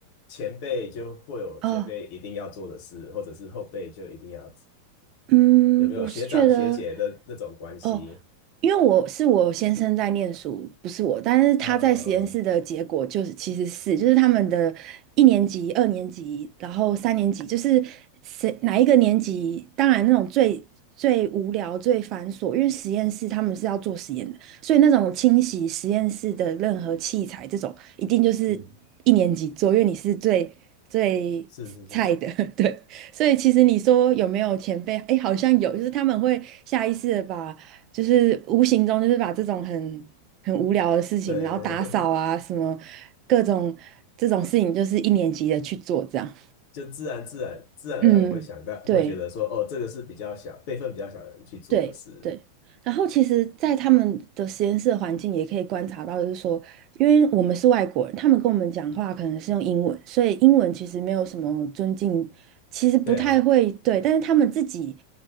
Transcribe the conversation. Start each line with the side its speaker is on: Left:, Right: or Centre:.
Left: 前辈就会有前辈一定要做的事，
Right: 哦，
Left: 或者是后辈就一定要
Right: 嗯，
Left: 有没有学长学姐的那种关系？
Right: 我是觉得。哦，因为我是我先生在念书，不是我，但是他在实验室的结果就是其实是就是他们的一年级、
Left: 呃，
Right: 二年级，然后三年级，就是谁哪一个年级，当然那种最最无聊、最繁琐，因为实验室他们是要做实验的，所以那种清洗实验室的任何器材这种，一定就是一年级做，
Left: 嗯，
Right: 因为你是最最菜的，
Left: 是是是，
Right: <laughs> 对。所以其实你说有没有前辈？哎，好像有，就是他们会下意识的把就是无形中就是把这种很很无聊的事情，
Left: 对对对，
Right: 然后打扫啊什么各种这种事情，就是一年级的去做这样。
Left: <laughs> 就自然自然自然而然会想到，
Right: 嗯，对。
Left: 会觉得说，哦，这个是比较小辈分比较小的人去做的事。
Right: 对对，然后其实，在他们的实验室的环境也可以观察到，就是说，因为我们是外国人，他们跟我们讲话可能是用英文，所以英文其实没有什么尊敬，其实不太会对，
Left: 对啊，
Right: 但是他们自己